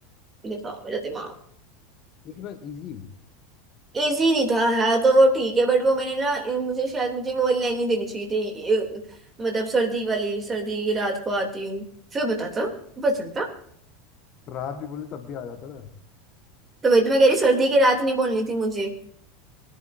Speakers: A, on the right; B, on the left.
A: दिखाओ मेरा दिमाग
B: इतना इजी
A: इजी नहीं था है तो वो ठीक है बट वो मैंने ना मुझे शायद मुझे वो लाइन नहीं देनी चाहिए थी अ, मतलब सर्दी वाली सर्दी की रात को आती हूँ फिर बताता पता चलता
B: रात भी बोलते तब भी आ जाता ना
A: तो वही तो मैं कह रही सर्दी की रात नहीं बोलनी थी मुझे